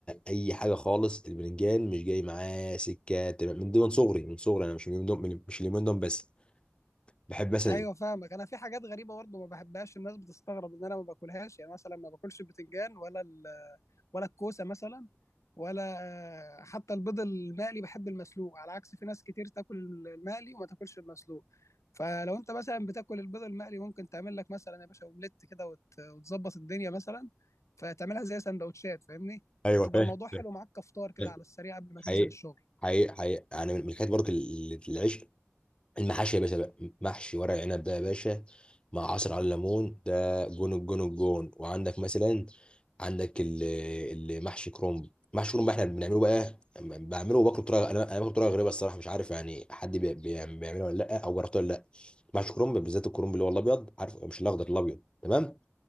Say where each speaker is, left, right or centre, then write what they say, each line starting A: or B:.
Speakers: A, on the left; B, on the left.
A: اي حاجه خالص البرنجان مش جاي معاه سكه تمام من دون صغري من صغري انا مش من دون من- مش اليومين دول بس بحب مثلا
B: ايوه فاهمك انا في حاجات غريبه برضه ما بحبهاش الناس بتستغرب ان انا ما باكلهاش يعني مثلا ما باكلش البتنجان ولا ال ولا الكوسه مثلا ولا حتى البيض المقلي بحب المسلوق على عكس في ناس كتير تاكل المقلي وما تاكلش المسلوق فلو انت مثلا بتاكل البيض المقلي ممكن تعمل لك مثلا يا باشا اومليت كده وت- وتظبط الدنيا مثلا فتعملها زي سندوتشات فاهمني
A: ايوه
B: هتبقى
A: فاهم
B: الموضوع حلو معاك كفطار كده
A: فاهم.
B: على السريع قبل ما
A: حقيقي
B: تنزل الشغل
A: حقيقي حقيقي انا من من الحاجات برضه ال- ال- العشق المحاشي يا باشا بقى محشي ورق عنب ده يا باشا مع عصير على الليمون ده جون الجون الجون وعندك مثلا عندك ال- المحشي كرنب محشي كرنب احنا بنعمله بقى بعمله وباكله بطريقه انا انا باكله بطريقه غريبه الصراحه مش عارف يعني حد بي- بي- بيعمله ولا لا او جربته ولا لا محشي كرنب بالذات الكرنب اللي هو الابيض عارف مش الاخضر الابيض تمام